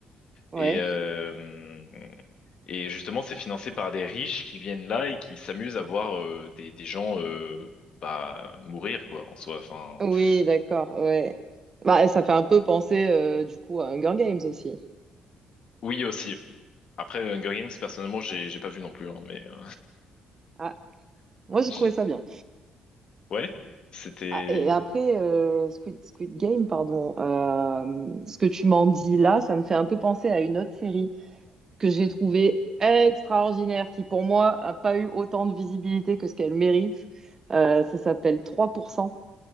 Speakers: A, on the right; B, on the left.
A: ouais.
B: Et, euh, et justement, c'est financé par des riches qui viennent là et qui s'amusent à voir euh, des, des gens euh, bah, mourir, quoi, en soi. Enfin,
A: Oui,
B: c'est-
A: d'accord, ouais. Bah, ça fait un peu penser euh, du coup à Hunger Games aussi.
B: oui aussi. Après, Hunger Games, personnellement, j'ai j'ai pas vu non plus, hein, mais euh,
A: Ah,
B: <laughs>
A: moi
B: j'ai-
A: j'ai trouvé ça bien.
B: ouais, c'était
A: Ah, et après, euh, Squid, Squid Game, pardon, euh, ce que tu m'en dis là, ça me fait un peu penser à une autre série que j'ai trouvée extraordinaire, qui pour moi a pas eu autant de visibilité que ce qu'elle mérite. Euh, ça s'appelle 3%,